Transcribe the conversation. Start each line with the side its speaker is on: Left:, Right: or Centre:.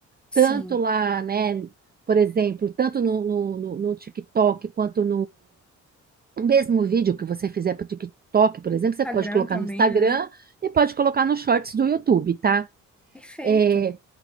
Centre: sim.
Right: tanto lá, né, por exemplo, tanto no, no, no no TikTok quanto o mesmo vídeo que você fizer para o TikTok, por exemplo, você pode
Centre: Instagram
Right: colocar
Centre: também,
Right: no Instagram
Centre: né?
Right: e pode colocar nos shorts do YouTube, tá?
Centre: Perfeito.
Right: É,